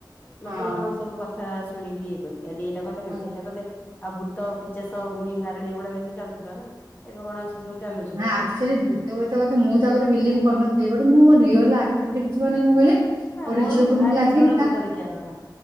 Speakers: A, on the right; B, on the left.
A: ହଁ
B: ଲୋକମାନଙ୍କ ସବୁ କଥା ଶୁଣିକି ଇଏ କରିକି। ଆଜି ଏଇଟା କରିଦେ
A: ହଁ
B: କାଲି ସେଇଟା କରିଦେ। ଆଉ ଭୂତ ପିଚାସ ଗୁଣି ଗାରେଡି଼ ଏଗୁଡ଼ା ବେଶୀ ଚାଲୁଥୁଲା ନା ଏବେ କଣ ଆଉ ସେ ସବୁ ଚାଲୁଚି?
A: ନାଁ ଆକ୍ଚୁଆ ଭୂତ ବେତ କଥା ମୁଁ ତ ଆଗୁରୁ ବିଲିଭ କରୁନଥିଲି। ବଟ୍ ମୁଁ ମୋ ରିଅଲ୍ ଆଖିରେ ଦେଖିଚି। ମାନେ କଁ କହିଲେ ଗୋଟେ
B: ମୋର
A: ଝିଅକୁ
B: କିନ୍ତୁ ଭାରି
A: ଏମିତି ଲାଗିଥିଲା।
B: ଇଚ୍ଛା ଗୋଟେ ଭୂତ ଦେଖିବା କଥା